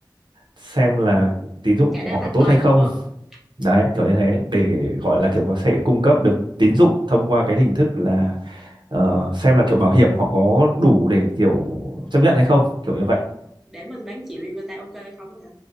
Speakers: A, on the right; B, in the centre.
A: xem là tín dụng
B: khả
A: của
B: năng
A: họ
B: thanh
A: tốt
B: toán
A: hay không
B: đúng không ừ
A: đấy kiểu như thế để gọi là kiểu có thể cung cấp được tín dụng thông qua cái hình thức là ờ, xem là kiểu bảo hiểm họ có đủ để kiểu chấp nhận hay không kiểu như
B: ừ
A: vậy
B: để mình bán chịu cho người ta ok không á hả